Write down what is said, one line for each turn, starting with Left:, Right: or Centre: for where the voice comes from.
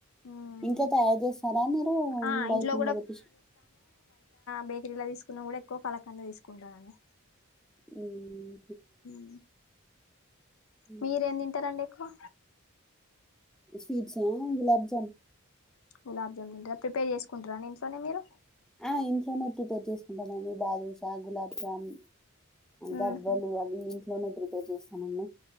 Left: మ్మ్
Centre: ఇంట్ల తయారు చేస్తారా మీరు
Left: ఆ
Centre: బయట
Left: ఇంట్లో
Centre: నుండే తెప్పిచ్
Left: బేకరీల తీసుకున్నా కూడా ఎక్కువ కలకంద తీసుకుంటానని
Centre: ఉమ్
Left: మ్
Centre: హ్మ్.
Left: మీరేం తింటారండి ఎక్కువ?
Centre: స్వీట్స్ ఆ గులాబ్జామ్
Left: గులాబ్ జామున్ ఇంట ప్రిపేర్ చేసుకుంటారా అండి ఇంట్లోనే మీరు?
Centre: ఆ ఇంట్లోనే ప్రిపేర్ చేసుకుంటామండి బాదుషా, గులాబ్ జామున్
Left: మ్మ్
Centre: గవ్వలు
Left: హ్మ్
Centre: అవన్ని ఇంట్లోనే ప్రిపేర్ చేస్తామండి.